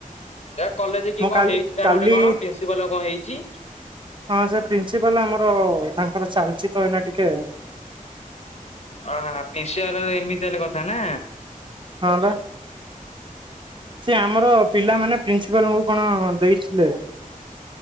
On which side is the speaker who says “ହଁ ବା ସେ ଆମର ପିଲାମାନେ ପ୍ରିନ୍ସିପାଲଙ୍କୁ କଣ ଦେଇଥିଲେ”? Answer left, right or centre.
Right